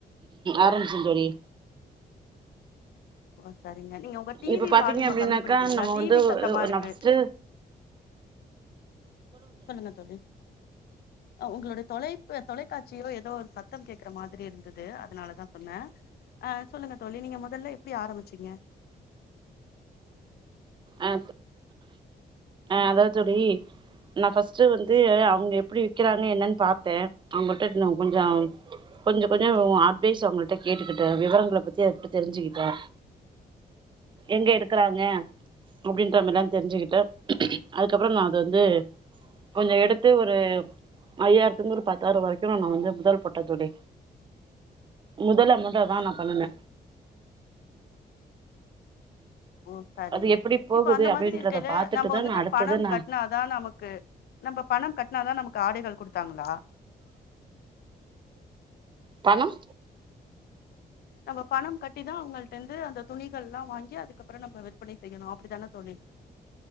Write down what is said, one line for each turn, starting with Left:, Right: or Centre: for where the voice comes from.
Right: ஆரம்பிச்சே தோழி
Left: <unintelligible> நீங்க உங்க டிவி
Right: இப்ப பாத்தீங்க
Left: வால்யூம
Right: அப்டின்னாக்கா
Left: கம்மி பண்ணிக்கிறீங்களா
Right: நம்ம
Left: டிவி
Right: வந்து
Left: சத்தமா இருக்கு
Right: நா ஃபஸ்ட்டு
Left: சொல்லுங்க தோழி உங்களுடைய தொலைக் தொலைக்காட்சியோ ஏதோ ஒரு சத்தம் கேக்குற மாரி இருக்கு அதனாலதா சொன்னே ஆ சொல்லுங்க தோழி நீங்க மொதல எப்டி ஆரம்பிச்சீங்க
Right: அ அதாவது தோழி நா ஃபர்ஸ்ட்டு வந்து அவங்க எப்டி விக்கிறாங்க என்னன்னு பாத்தே அவங்கள்ட கொஞ்ச கொஞ்ச கொஞ்ச அட்வைஸ் அவங்கள்ட்ட கேட்டுக்கிட்டே விவரங்களை பத்தி அவங்கள்ட்ட தெரிஞ்சுக்கிட்டே எங்க எடுக்கறாங்க அப்டின்றமிரல்லா தெரிஞ்சுக்கிட்டே அதுக்கப்பற நான அது வந்து கொஞ்ச எடுத்து ஒரு ஐயாயிரத்துக்கு ஒரு பத்தாயிர வரைக்கு நா வந்து முதல் போட்டே முதல இதாதா ந பண்ணுனே
Left: ஓ ஓ சரிங்க
Right: அது எப்டி போகுது
Left: இப்ப அந்த
Right: அப்டின்றத
Left: மாரி இருக்குல
Right: பாத்துட்டுதா
Left: நம்ம வந்துட்டு
Right: நா அடுத்தது
Left: பணம்
Right: நா
Left: கட்னாதா நமக்கு நம்ம பண கட்னாதா நமக்கு ஆடைகள் கொடுத்தாங்களா
Right: தனம்
Left: நம்ம பணம் கட்டிதா அவங்கள்ட இருந்து அந்த துணிகள்ல்லா வாங்கி அதுக் அக்கப்பற நம்ம விற்பனை செய்யணு அப்டித்தான தோழி